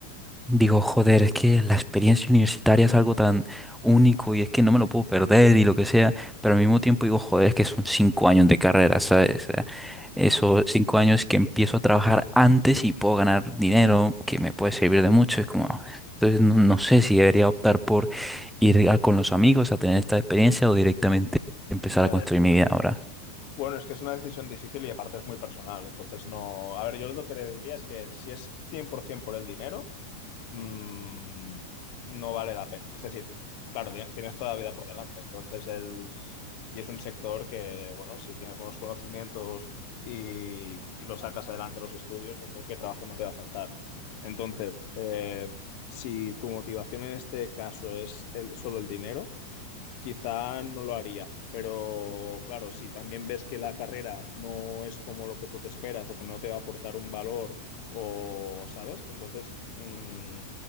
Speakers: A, in the centre; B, on the left.
A: Digo, joder, es que la experiencia universitaria es algo tan único y es que no me lo puedo perder y lo que sea, pero al mismo tiempo digo, joder, es que son cinco años de carrera, ¿sabes? O sea,
B: ya.
A: esos cinco años que empiezo a trabajar antes y puedo ganar dinero que me puede servir de mucho, es como, entonces no, no sé si debería optar por ir a- con los amigos a tener esta experiencia o directamente empezar
B: Ya,
A: a construir mi vida ahora.
B: Bueno, es que es una decisión difícil y aparte es muy personal. Entonces, no. A ver, yo lo que le diría es que si es 100% por ciento por el dinero, mm, no vale la pena. Es decir, claro, ti- tienes toda la vida por delante. Entonces, el... y es un sector que, bueno, si tienes buenos conocimientos y, y lo sacas adelante los estudios, yo creo que trabajo no te va a faltar. Entonces, eh, si tu motivación en este caso es el- solo el dinero, quizá no lo haría. Pero claro, si también ves que la carrera no es como lo que tú te esperas o que no te va a aportar un valor o, ¿sabes? Entonces, mm,